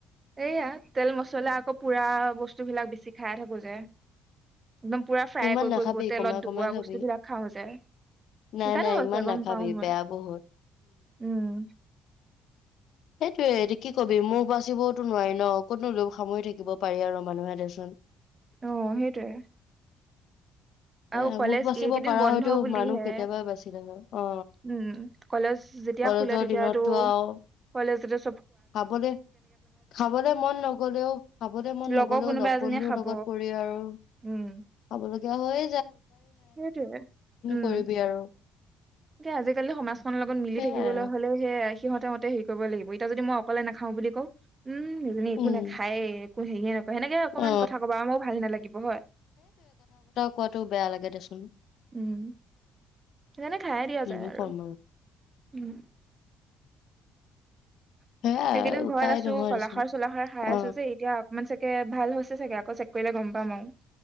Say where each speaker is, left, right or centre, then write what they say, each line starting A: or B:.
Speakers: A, on the right; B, on the left.
A: এইয়া তেল মছলা আকৌ পুৰা বস্তু বস্তুবিলাক বেছি খাই থাকো যে। একদম পুৰা ফ্ৰাই
B: ইমান
A: কৰি
B: নাখাবি
A: কৰি তেলত
B: কমাই
A: ডুবোৱা
B: কমাই খাবি।
A: বস্তুবিলাক খাওঁ যে,
B: নাই
A: সেইকাৰণে
B: নাই
A: হৈছে
B: ইমান নাখাবি
A: গম পাওঁ মই
B: বেয়া বহুত।
A: উম।
B: সেইটোৱে কি কবি মুখ বাচিবওতো নোৱাৰি ন। কতনো লোভ সামৰি থাকিব পাৰি আৰু মানুহে দেচোন।
A: অ সেইটোৱে। আৰু
B: এ
A: কলেজ
B: মুখ বাচিব
A: এইকেইদিন
B: পাৰা
A: বন্ধ
B: হয়তো
A: বুলিহে
B: মানুহ কেতিয়াবাই বাচিলে হয় অ
A: উম কলেজ যেতিয়া
B: কলেজৰ
A: খোলে তেতিয়াটো,
B: দিনততো আৰু
A: কলেজতে
B: খাবলে খাবলে মন নগলেও খাবলে মন
A: লগৰ
B: নগলেও
A: কোনোবা
B: লগ
A: এজনীয়ে
B: বন্ধুৰ
A: খাব
B: লগত পৰি আৰু
A: উম
B: খাবলগীয়া হৈ
A: সেইটোৱে, উম
B: কৰিবি আৰু
A: এয়া আজিকালি সমাজখনৰ লগত মিলি
B: সেইয়াই
A: থাকিবলৈ
B: আৰু
A: হ'লেও হে, সিহতৰমতে হেৰি কৰিব লাগিব, এতিয়া যদি মই অকলে নাখাও বুলি কও। উম, এনেই একো
B: উম
A: নাখায়ে। <unintelligible> সেনেকে অকমান
B: অ
A: কথা কবা, আৰু মোৰ ভাল নালাগিব হয়।
B: কোৱাতো বেয়া লাগে দেচোন।
A: উম সেইকাৰণে খাইয়ে দিয়া
B: কিনো
A: যায় আৰু
B: ক'ম
A: উম।
B: সেয়াই
A: সেইকেইদিন
B: উপায়
A: ঘৰত আছো
B: নহয়
A: কলাখাৰ
B: দেচোন
A: চলাখাৰ খাই
B: অ
A: আছো যে, এতিয়া অকমান চাগে ভাল হৈছে চাগে। আকৌ চেক কৰিলে গম পাম আৰু,